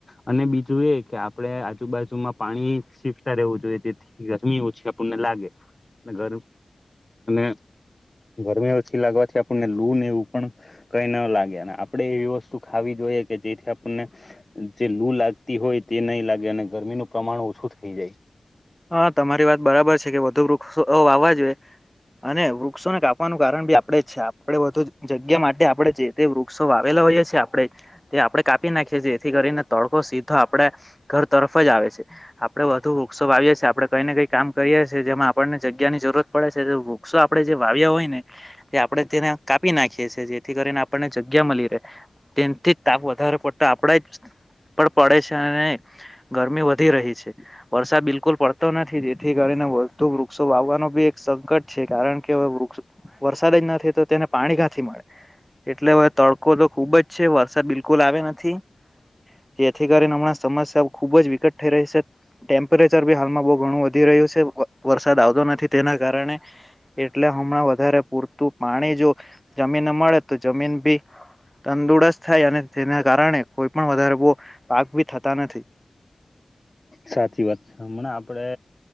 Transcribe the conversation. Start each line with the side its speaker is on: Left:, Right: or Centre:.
Left: અને બીજું એ કે આપડે આજ બાજુમાં પાણી સીંચતા રહેવું જોઈએ તેથી ગરમી ઓછી આપણને લાગે અને ગર અને ગરમી ઓછી લાગવાથી આપણને લૂ ને એવું પણ કઈ ન લાગે અને આપડે એવી વસ્તુ ખાવી જો જોઈએ કે જેથી આપણને જે લૂ લાગતી હોય તે નહીં લાગે અને ગરમીનું પ્રમાણ ઓછું થઈ જાય.
Centre: હા તમારી વાત બરાબર છે. કે વધુ વૃક્ષો વાવા જોઈએ અને વૃક્ષોને કાપવાનું કારણ બી આપડે જ છે આપણેે બધું જ જગ્યા માટે આપડે જે તે વૃક્ષો વાવેલા હોઈએ છીએ આપણે તે આપડે કાપી નાખીએ છીએ જેથી કરીને તડકો સીધો આપડા ઘર તરફ જ આવે છે આપડે વધુ વૃક્ષો વા આવીએ કઈને કઈ કામ કરીએ છીએ જેમાં આપણને જગ્યા ની જરૂરત પડે છે. ત્યારે વૃક્ષો આપણે જે વાવ્યા હોય ને એ આપણે તેને કાપી નાખીએ છીએ જેથી કરીને આપણને જગ્યા મળી રે તેનથી તાપ વધારે પડતો આપડા ઉપર પડે છે અને ગરમી વધી રહી છે‌ વરસાદ બિલકુલ પડતો નથી જેથી કરીને વધુ વૃક્ષો વાવવાનો બી એક સંકટ છે કારણ કે હવે વૃક્ષ વરસાદ જ નથી તો તેને પાણી ક્યાંથી મળે એટલે હવે તડકો તો ખુબ જ છે વરસાદ બિલકુલ આવે નથી. જેથી કરીને હમણાં સમસ્યા ખુબ જ વિકટ થઈ રહી છે ટેમ્પરેચ ચર બી હાલમાં બહુ ઘણું વધી રહ્યું છે વરસાદ આવતો નથી તેના કારણે એટલે હમણાં વધારે પૂરતું પાણી જો જમીન ને મળે તો જમીન બી તંદુરસ્ત થાય અને તેના કારણે કોઈ પણ વધારે પાક ભી થતા નથી
Left: સાચી વાત છે હમણાં આપડે